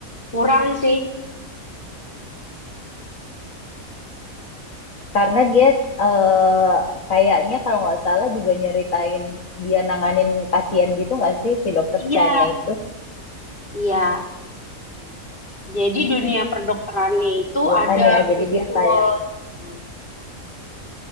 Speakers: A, on the left; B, on the left.
A: kurang sih
B: karena dia eh, kayaknya kalau nggak salah juga nyeritain dia nanganin pasien gitu nggak sih si dokter
A: Iya,
B: Chanya itu
A: iya. Jadi dunia perdokterannya itu
B: ya
A: ada
B: kan ya jadi
A: muncul.
B: dia kayak
A: gitu.